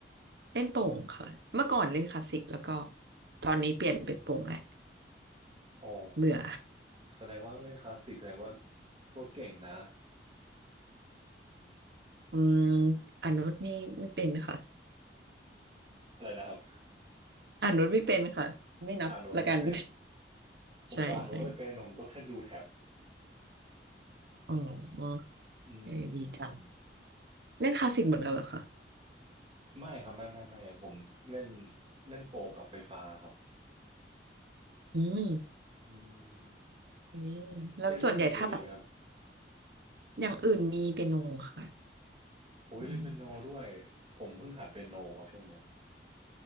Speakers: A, on the right (about 65°); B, on the right (about 30°).
A: เล่นโป่งค่ะเมื่อก่อนเล่นคลาสสิกแล้วก็ตอนนี้เปลี่ยนเป็นโป่งแหละ
B: อ๋อ
A: เบื่อ
B: แสดงว่าเล่นคลาสสิกแสดงว่าก็เก่งนะ
A: <laughs> อืมอนุนไม่ไม่เป็นค่ะ
B: อะไรนะครับ
A: อนุนไม่เป็นค่ะไม่นับละกัน
B: อ่านโน้ตไม่เป็น
A: <laughs>
B: ผมก็อ่านโน้ตไม่เป็นผมก็แค่ดูแท็บ
A: ใช่ใช่อ๋อ
B: อื
A: เออดีจัง
B: ม
A: เล่นคลาสสิกเหมือนกันเหรอคะ
B: ไม่ครับไม่ไม่ไม่ผมเล่นเล่นโป่งกับไฟฟ้าครับ
A: อืม
B: อืม
A: อืมแล้วส่วนใหญ่ถ้าแบบ
B: เจเล่นอย่างอื่นดีไหมครับ
A: อย่างอื่นมีเปียโนค่ะ
B: โอ้ยเล่นเปียโนด้วย
A: เปี
B: ผมเพิ่งหัดเปียโนช่วงเนี้ย